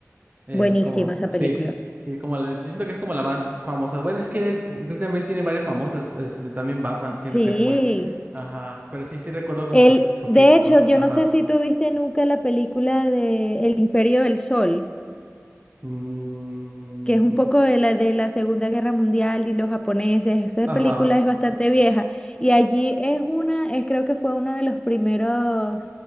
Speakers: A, on the right; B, on the left.
A: Eh,
B: Buenísima
A: es como,
B: esa
A: así,
B: película.
A: sí, como, la- yo siento que es como la más famosa. Bueno, es que el- Christian Bale tiene varias famosas, este, también Batman, siento
B: Sí,
A: que es muy, ajá, pero sí, sí recuerdo como
B: El,
A: que su, su
B: de
A: físico,
B: hecho, yo
A: ajá.
B: no sé si tú viste nunca la película de El Imperio del Sol,
A: Mm,
B: que es un poco de la, de la Segunda Guerra Mundial y los japoneses. Esa
A: ajá,
B: película es bastante vieja y allí es una, es creo que fue una de los primeros